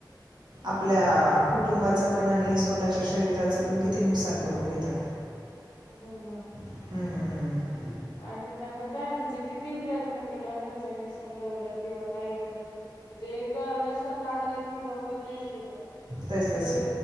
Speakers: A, on the right; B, on the left.
A: आपल्या
B: हो
A: कुटुंबाचं पण आणि स्वतःच्या शरीराचं पण किती नुकसान करून घेतात
B: हो ना
A: हम्म, हम्म, हम्म.
B: आणि त्यांना काय म्हणजे किती प्रयत्न केला घरच्यांनी समजवलं किंवा काही पण तर ते एकदा अ व्यसन लागलं की लवकर नाही शोत
A: तेच
B: म्हणजे
A: तेच